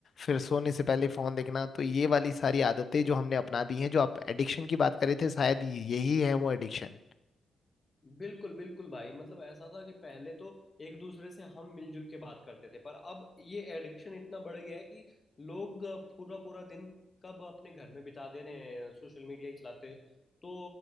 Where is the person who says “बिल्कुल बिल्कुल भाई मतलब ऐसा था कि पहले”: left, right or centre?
Left